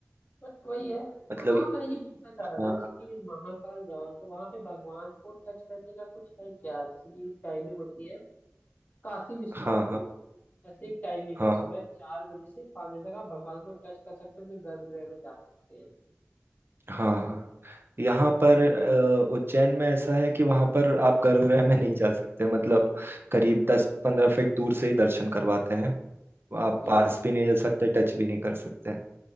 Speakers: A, on the left; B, on the right.
A: बट वही है
B: मतलब
A: हाँ मैं ये पूछना चाह
B: हाँ
A: रहा था जैसे कि महाकाल जाओ तो वहां पे भगवान को टच करने का कुछ है क्या जैसे कि टाइमिंग होती है काशी विश्वनाथ
B: हाँ
A: में
B: हाँ
A: ऐसे एक टाइमिंग
B: हाँ
A: है सुबह चार बजे से पाँच बजे तक आप भगवान को टच कर सकते हो जो गर्भगृह में जा सकते हैं
B: हाँ हाँ यहाँ पर अ, उज्जैन में ऐसा है कि वहाँ पर आप गर्भगृह में नहीं जा सकते मतलब
A: ओके
B: करीब दस पंद्रह फीट दूर से ही दर्शन करवाते हैं
A: ओके
B: आप पास भी नहीं जा सकते टच भी नहीं कर सकते